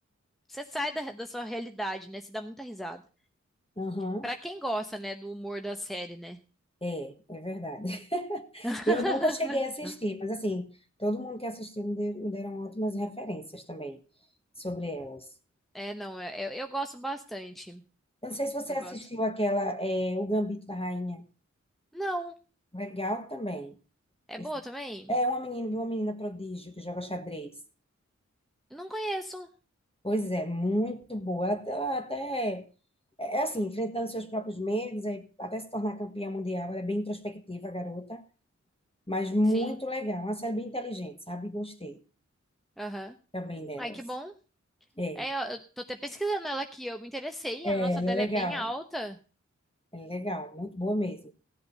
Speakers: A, in the centre; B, on the left.
A: você sai da, da sua realidade, né? Você dá muita risada.
B: aham.
A: Pra quem gosta, né, do humor da série, né?
B: É, é verdade. <laughs>
A: <laughs>
B: Eu nunca cheguei a assistir, mas assim, todo mundo que assistiu me deu- me deram ótimas referências também sobre elas.
A: É, não, é- eu, eu gosto bastante.
B: Eu não sei se você
A: Eu
B: assistiu
A: gosto.
B: aquela, é, O Gambito da Rainha.
A: Não,
B: Legal também.
A: é
B: Esse-
A: boa também?
B: É uma menina de uma menina prodígio que joga xadrez.
A: Não conheço.
B: Pois é, muito boa. Ela, ela até É é assim, enfrentando seus próprios medos, é- até se tornar campeã mundial. Ela é bem introspectiva, a garota, mas muito
A: Sim,
B: legal. Uma série bem inteligente, sabe? Gostei
A: aham.
B: também delas.
A: Ai, que bom.
B: É,
A: É, eu, eu tô até pesquisando ela aqui, eu me interessei,
B: é,
A: a nota
B: ela
A: dela
B: é legal.
A: é bem alta.
B: Ela é legal, muito boa mesmo.